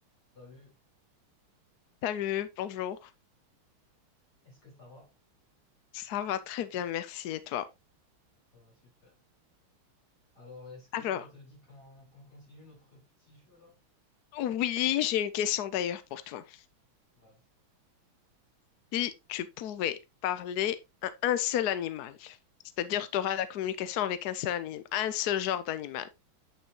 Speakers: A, on the left; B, on the left.
A: Salut,
B: Salut, bonjour.
A: est-ce que ça va?
B: Ça va très bien, merci. Et toi?
A: Ça va super. Alors, est-ce que
B: Alors,
A: ça te dit qu'on qu'on continue notre petit jeu là?
B: oui, j'ai une question d'ailleurs pour toi.
A: Vas-y.
B: Si tu pouvais parler à un seul animal, c'est-à-dire tu auras la communication avec un seul animal, un seul genre d'animal,